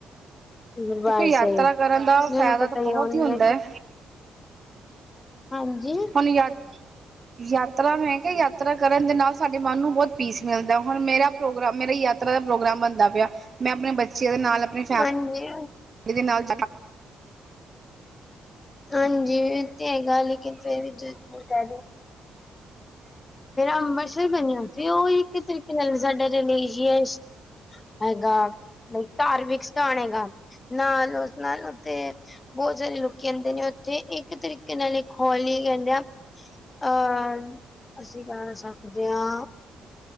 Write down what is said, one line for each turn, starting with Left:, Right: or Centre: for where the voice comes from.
Left: ਦਰਬਾਰ
Right: ਦੇਖੋ ਯਾਤਰਾ
Left: ਸਾਹਿਬ
Right: ਕਰਨ ਦਾ
Left: ਮੈਨੂੰ
Right: ਫਾਇਦਾ
Left: ਪਤਾ
Right: ਤਾਂ ਬਹੁਤ
Left: ਉਹਨੇ
Right: ਹੀ ਹੁੰਦਾ ਹੈ
Left: ਹਾਂਜੀ
Right: ਹੁ ਯਾਦ ਯਾਤਰਾ ਮੈਂ ਕਿਹਾ ਯਾਤਰਾ ਕਰਨ ਦੇ ਨਾਲ ਸਾਡੇ ਮਨ ਨੂੰ ਬਹੁਤ ਪੀਸ ਮਿਲਦਾ ਹੁਣ ਮੇਰਾ ਪ੍ਰੋਗਰਾਮ ਮੇਰਾ ਯਾਤਰਾ ਦਾ ਪ੍ਰੋਗਰਾਮ ਬਣਦਾ ਪਿਆ ਮੈਂ ਆਪਣੇ ਬੱਚਿਆਂ ਦੇ ਨਾਲ ਫੈ
Left: ਹਾਂਜੀ
Right: ਨਾਲ
Left: ਹਾਂਜੀ, ਇਹ ਤੇ ਹੈਗਾ, ਲੇਕਿਨ ਫਿਰ ਵੀ ਮੇਰਾ ਅੰਮਰਿਤਸਰ ਬਣਿਆ ਸੀ, ਔ ਇੱਕ ਤਰੀਕੇ ਨਾਲ ਸਾਡਾ ਰਿਲੀਜੀਅਸ ਹੈਗਾ, ਲਾਇਕ ਧਾਰਮਿਕ ਸਥਾਨ ਹੈਗਾ, ਨਾਲ ਉਸ ਨਾਲ ਤੇ ਬਹੁਤ ਸਾਰੇ ਲੋਕੀ ਆਂਦੇ ਨੇ ਉੱਥੇ, ਇੱਕ ਤਰੀਕੇ ਨਾਲ ਇੱਕ ਹੌਲ ਹੀ ਹੈ। ਕਹਿੰਦੇ ਅਹ, ਅਸੀਂ ਕਾਰਾਂ ਸਾਫ ਕਰਦੇ ਆਂ।